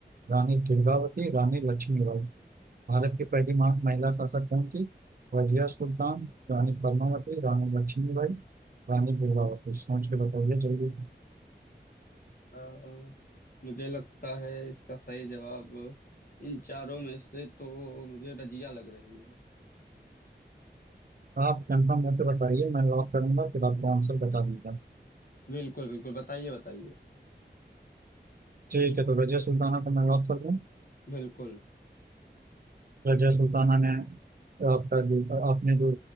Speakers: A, on the right; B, on the left.
A: रानी दुर्गावती रानी लक्ष्मीबाई भारत की पहली मा- महिला शासक कौन थी रजिया सुल्तान रानी पद्मावती रानी लक्ष्मीबाई रानी दुर्गावती सोच के बताइए जल्दी
B: अ, मुझे लगता है इसका सही जवाब इन चारों में से तो मुझे रजिया लग रही है
A: आप कंफर्म होकर बताइए मैं लॉक करूंगा फिर आपको आंसर बता दूंगा
B: बिल्कुल बिल्कुल बताइए बताइए
A: ठीक है तो रजिया सुल्ताना को मैं लॉक कर दूं
B: बिल्कुल
A: रजिया सुल्ताना ने आपका जो आपने जो